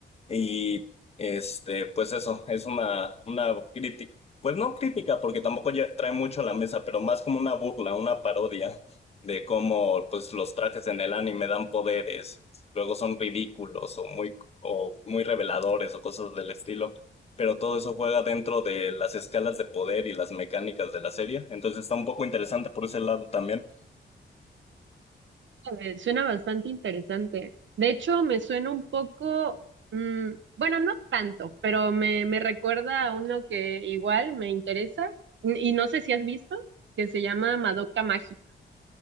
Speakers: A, on the left; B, on the right.
A: y este, pues eso, es una, una crítica. Pues no crítica, porque tampoco ya trae mucho a la mesa, pero más como una burla, una parodia de cómo pues los trajes en el anime dan poderes, luego son ridículos o muy, o muy reveladores o cosas del estilo. Pero todo eso juega dentro de las escalas de poder y las mecánicas de la serie. Entonces está un poco interesante por ese lado también.
B: A ver, Suena bastante interesante. De hecho, me suena un poco, mm, bueno, no tanto, pero me, me recuerda a uno que igual me interesa y y no sé si has visto, que se llama Madoka Mágica.